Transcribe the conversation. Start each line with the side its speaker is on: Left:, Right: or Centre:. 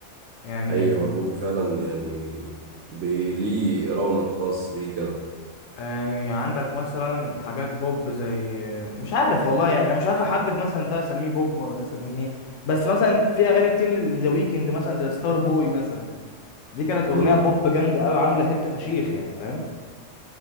Left: يعني
Right: أي هو البوب فعلا يعني بي- ليه رونق خاص بيه كده
Left: يعني عندك مثلا حاجات بوب زي مش عارف والله يعني انا مش عارف احدد مثلا ده اسميه بوب ولا ده اسميه ايه بس مثلا في اغاني كتير ذا ويكند مثلا زي ستار بوي مثلا دي كانت
Right: مم.
Left: اغنيه بوب جامده قوي عامله هيت فشيخ يعني فاهم